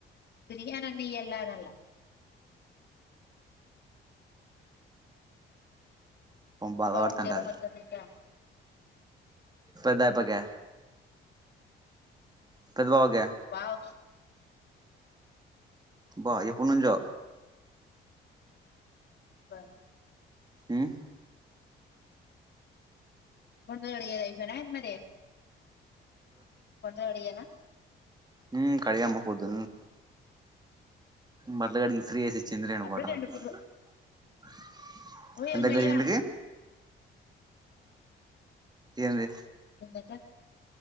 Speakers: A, on the left (about 60°); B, on the right (about 20°).
A: బిర్యానీ అ నయి ఎలాడల
B: బాధపడుతుంటది
A: బావకు జ్వరం మత్త నికా
B: పెద్దాయిపుక పెద్భావక
A: వావ్
B: బా ఎప్పు నుంచో
A: బ
B: హమ్
A: బందలు అడిగేది ఐపోయిందా మరి కొంత అడియనా
B: హ కడిగమ్మకుపోద్ మలగ ఇస్త్రీ ఏసి చిందిరీనా
A: అప్పుడే
B: బటలు
A: రెండు పుట్లు
B: <inaudible>
A: ఓయమ్మయ్య
B: ఎంతకు అయింది ఏమే
A: ఎందట